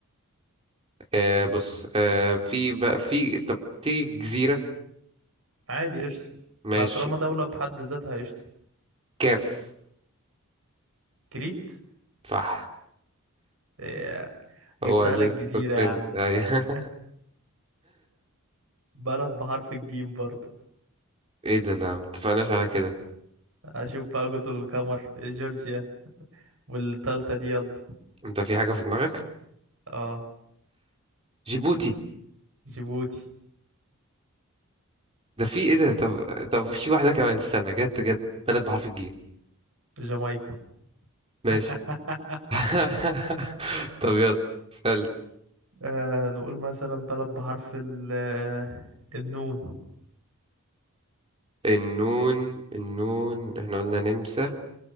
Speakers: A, on the right; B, on the right.
A: آه بص آه في بقى في طب تيجي جزيرة
B: عادي قشطة
A: ماشي
B: ما طالما دولة بحد ذاتها قشطة
A: كاف
B: كريت
A: صح
B: آه،
A: <laughs>
B: جبتها
A: هو ده
B: لك جزيرة
A: ترند
B: يا عم
A: ايوه
B: <laughs>
A: <laughs>
B: بلد بحرف الجيم برضه
A: ايه ده لا متفقناش على كده
B: اشوف بقى جزر القمر جورجيا والتالتة دي يلا
A: انت في حاجة في دماغك
B: اه
A: جيبوتي
B: جيبوتي
A: ده في ايه ده طب طب في واحدة كمان استنى جت جت بلد بحرف الجيم
B: جامايكا
A: ماشي
B: <laughs>
A: <laughs> طب يلا سألت
B: آه نقول مثلا بلد بحرف ال آه، النون
A: النون النون احنا قلنا نمسا